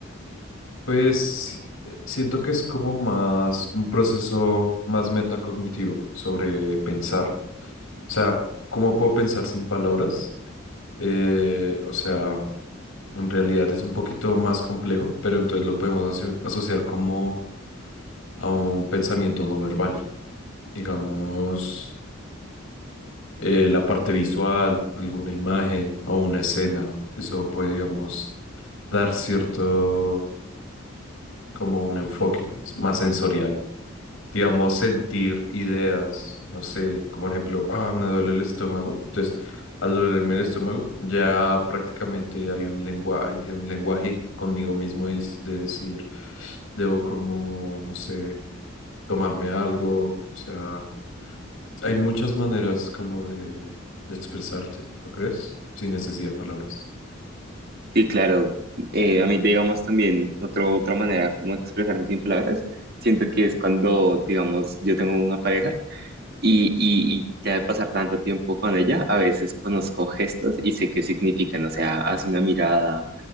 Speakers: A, on the left; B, on the right.
A: Pues si- eh, siento que es como más un proceso más metacognitivo sobre pensar. O sea, ¿cómo puedo pensar sin palabras? Eh, o sea, en realidad es un poquito más complejo, pero entonces lo podemos aso- asociar como a un pensamiento no verbal. Digamos, eh, la parte visual, alguna imagen o una escena. Eso puede, digamos, dar cierto como un enfoque más sensorial. Digamos, sentir ideas, no sé, como por ejemplo, ah, me duele el estómago. Entonces, al dolerme el estómago, ya prácticamente hay un lenguaje, un lenguaje conmigo mismo de, de decir, debo como, no sé, tomarme algo. O sea, hay muchas maneras como de, de expresarte, ¿no crees? Sin necesidad de palabras.
B: Sí, claro, eh, a mí digamos también otro, otra manera como expresarse sin palabras, siento que es cuando, digamos, yo tengo una pareja Y, y, y ya de pasar tanto tiempo con ella, a veces conozco gestos y sé qué significan. O sea, hace una mirada,